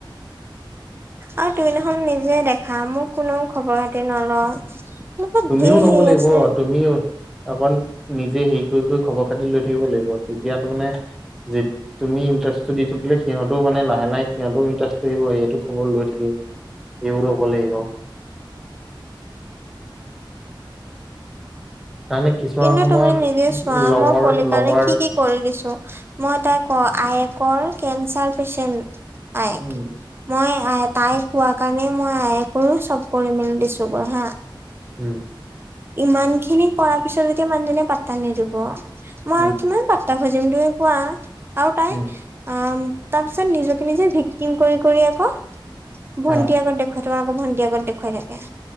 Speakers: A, on the right; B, in the centre.
A: আৰু তুমি দেখোন নিজে দেখা মোক কোনেও খবৰ-খাতি নলয়। এনেকুৱা
B: তুমিও
A: ধেৰ
B: ল'ব
A: হেৰি
B: লাগিব,
A: আছে
B: তুমিও অকন নিজে হেই কৰি কৰি খবৰ খাতি লৈ থাকিব লাগিব, তেতিয়াতো মানে যি তুমি ইণ্টাৰেষ্টটো দি থাকিলে সিহঁও মানে লাহে লাহে সিহঁত ইটাৰেষ্ট আহিব, এইটো খবৰ লৈ থাকে। এইৰো ল'ব লাগিব। তাৰমানে কিছুমান
A: কিন্তু
B: সময়ত
A: তুমি নিজে চোৱা
B: লগৰ
A: মোৰ পলিৰ
B: লগৰ
A: কাৰণে কি কি কৰি দিছো, মই তাই ক আইেকৰ কেঞ্চাৰ পেচেন্ট। আয়েক।
B: উম
A: মই আ তাই কোৱা কাৰণে, মই আয়েকৰো চব কৰি মেলি দিছো গৈ হা।
B: উম।
A: ইমান খিনি কৰ পিছত যেতিয়া মানুহজনীয়ে পাতা নিদিব। মই
B: উম
A: আৰু কিমান পাট্তা খুজিম তুমি কোৱা? আৰু তাই
B: উম
A: অ', তাৰ পিছত নিজকে নিজে ভিক্তিম কৰি কৰি আকৌ ভণ্টি
B: অ
A: আগত দেখ খুৱাই তোমালোকৰ ভণ্টি আগত দেখুৱাই থাকে।